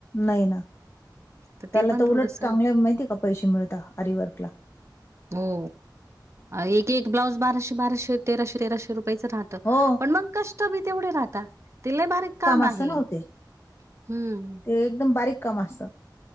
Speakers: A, on the left (about 35°); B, on the right (about 35°).
A: नाही ना.
B: तर
A: त्याला
B: ते पण
A: उलट
B: थोडस.
A: चांगले तर माहिती आहे का प पैसे मिळता आरिवर्कला.
B: हो. अ एक एक ब्लाऊज बाराशे बाराशे तेराशे तेराशे रुपयाचं राहतं
A: हो
B: पण मंग कश त बी तेवढे राहता ते लई बारीक काम
A: असतं
B: आहे
A: ना हो ते
B: हम्म.
A: ते एकदम बारीक काम असतं.